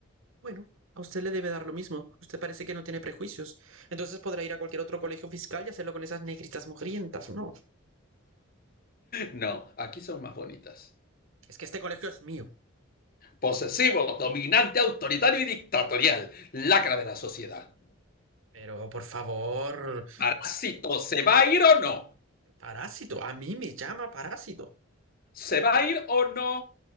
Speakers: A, on the right; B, on the left.
A: Bueno, a usted le debe dar lo mismo. Usted parece que no tiene prejuicios. Entonces podrá ir a cualquier otro colegio fiscal y hacerlo con esas negritas mugrientas. No,
B: No, aquí son más bonitas.
A: es que este colegio es mío.
B: Posesivo, dominante, autoritario y dictatorial. Lacra de la sociedad.
A: Pero, por favor,
B: Parásito, ¿se va a ir o no?
A: parásito. A mí me llama parásito.
B: ¿Se va a ir o no?